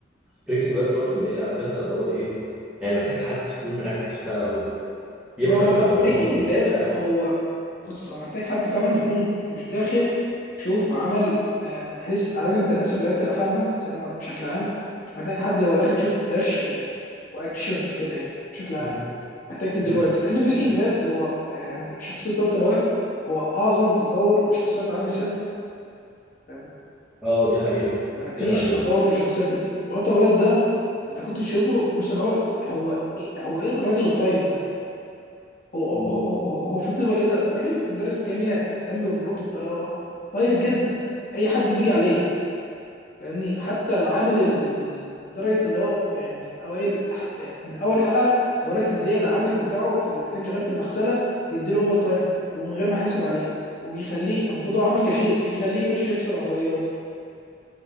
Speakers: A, in the centre; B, on the left.
A: بريكنج باد برضو بي- عارف انت اللي هو ايه يعني محتاج حد يكون مركز بقى وبيفهم
B: اه
A: في
B: لا
A: الدراما
B: بريكنج
A: وبتاع
B: باد هو بص هو محتاج حد فعلا يكون مش داخل شوف عمل آه، من حيث عارف انت الناس اللي هي تبقى فاهمه سينما بشكل عام مش محتاج حد هو داخل يشوف دش و... واكشن وكده يعني بشكل عام
A: مم.
B: محتاج تديله
A: مم.
B: وقت لان بريكنج
A: مم.
B: باد هو آه، يعني شخصيه والتر وايت هو اعظم تطور لشخصيه في عالم السينما فاهم؟
A: اه دي حقيقة
B: ما فيش
A: دي حقيقة
B: تطور لشخصيه كده والتر وايت ده انت كنت تشوفه في الموسم الاول هو إيه هو ايه الراجل الطيب ده هو هو,
A: مم.
B: هو, هو هو في طيبه كده ده راجل مدرس كيمياء بيهتم بمراته بطريقه طيب جدا اي حد بيجي عليه فاهمني حتى العامل ال- لدرجه اللي هو يعني من اوائل من اول حلقه بيوريك ازاي العامل بتاعه في لما كان شغال في المغسله بيديله اوفر تايم ومن غير ما يحاسب عليه وبيخليه المفروض هو عامل كاشير بيخليه يخش يغسل عربيات